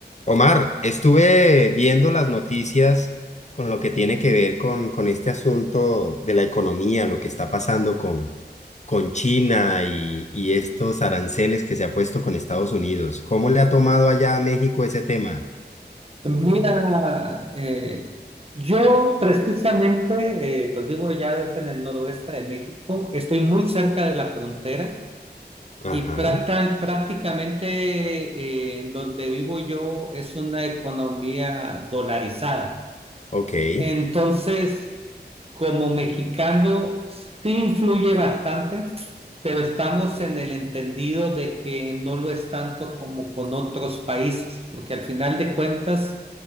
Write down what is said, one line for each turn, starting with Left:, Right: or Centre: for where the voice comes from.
Left: Omar, estuve viendo las noticias con lo que tiene que ver con, con este asunto de la economía, lo que está pasando con, con China y, y estos aranceles que se ha puesto con Estados Unidos. ¿Cómo le ha tomado allá a México ese tema?
Right: Mira, eh, yo precisamente, eh, pues vivo ya en el noroeste de México, estoy muy cerca de la frontera
Left: Ajá,
Right: y prácta- prácticamente eh, en donde vivo yo es una economía dolarizada.
Left: ok.
Right: Entonces, como mexicano sí influye bastante, pero estamos en el entendido de que no lo es tanto como con otros países, porque al final de cuentas